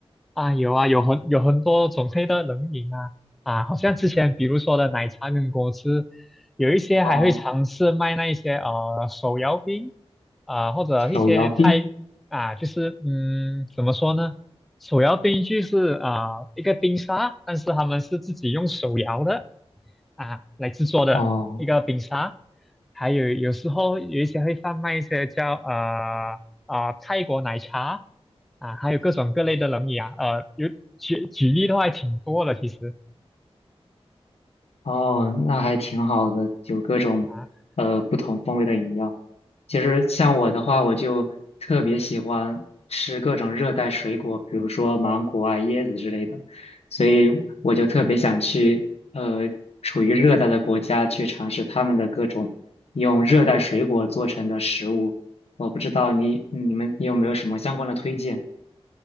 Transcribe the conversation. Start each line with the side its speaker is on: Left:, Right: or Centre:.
Centre: 啊，有啊，有很有很多种类的冷饮啊啊，好像之前比如说的奶茶跟果汁，有一些还会尝试卖那一些呃手摇冰
Left: 哦，
Centre: 啊、或者一些太啊，
Left: 手摇冰，
Centre: 就是嗯怎么说呢，手摇冰就是啊、一个冰沙，但是他们是自己用手摇的啊来制作的一个冰沙，
Left: 哦
Centre: 还有有时候有一些会贩卖一些叫呃啊、泰国奶茶啊，还有各种各类的冷饮啊，呃有举举例的话还挺多的其实
Left: 哦，那还挺好的，有各种呃不同风味的饮料。
Centre: 啊。
Left: 其实像我的话，我就特别喜欢吃各种热带水果，比如说芒果啊、椰子之类的，所以我就特别想去呃处于热带的国家去尝试他们的各种用热带水果做成的食物。我不知道你你们你有没有什么相关的推荐？